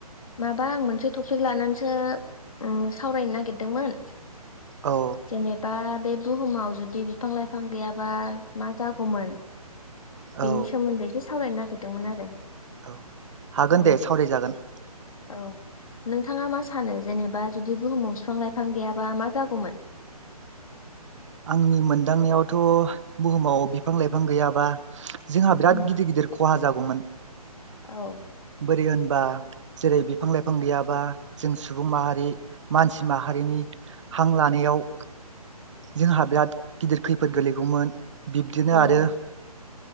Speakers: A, on the left (about 60°); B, on the right (about 50°).
A: माबा आं मोनसे टपिक लानानैसो सावरायनो नागिरदोंमोन।
B: औ
A: जेनेबा बे बुहुमाव जुदि बिफां- लाइफां गैयाबा मा जागौमोन? बेनि
B: औ
A: सोमोन्दै एसे सावरायनो नागिरदोंमोन आरो।
B: औ हागोन
A: औ
B: दे सावरायजागोन।
A: औ नोंथाङा मा सानो जेनेबा जुदि बुहुमाव बिफां -लाइफां गैयाबा मा जागौमोन? <inaudible>
B: आंनि मोनदांनायावथ' बुहुमाव बिफां लाइफां गैयाबा जोंहा बिराद
A: उम
B: गिदिर गिदिर खहा जागौमोन
A: औ
B: बोरै होनबा जेरै बिफां लाइफां गैयाबा जों सुबुं माहारि मानसि माहारिनि हां लानायाव
A: <inaudible>
B: जोंहा बिराद गिदिर खैफोद गोलैगौमोन बिब्दिनो
A: औ
B: आरो